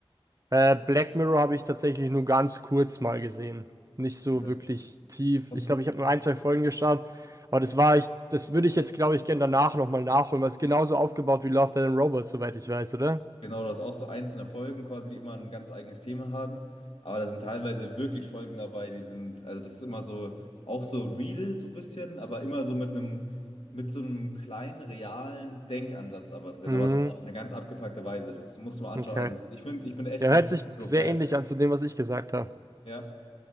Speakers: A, on the right; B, on the left.
A: Äh, Black Mirror habe ich tatsächlich nur ganz kurz mal gesehen. Nicht so
B: Okay.
A: wirklich tief.
B: Musst
A: Ich glaube,
B: du,
A: ich habe nur ein, zwei Folgen geschaut. Aber das war ich, das würde ich jetzt, glaube ich, gerne danach nochmal nachholen, weil es genauso aufgebaut wie Love, Death and Robots, soweit ich weiß, oder?
B: Genau, du hast auch so einzelne Folgen quasi, die immer ein ganz eigenes Thema haben. Aber da sind teilweise wirklich Folgen dabei, die sind, also das ist immer so, auch so real so ein bisschen, aber immer so mit einem, mit so einem kleinen, realen Denkansatz aber drin,
A: Mhm.
B: aber so auf eine ganz abgefuckte Weise. Das muss man anschauen.
A: Okay.
B: Also ich finde, ich bin echt
A: Ja,
B: ein
A: hört sich sehr
B: Fan.
A: ähnlich an zu dem, was ich gesagt habe.
B: Ja.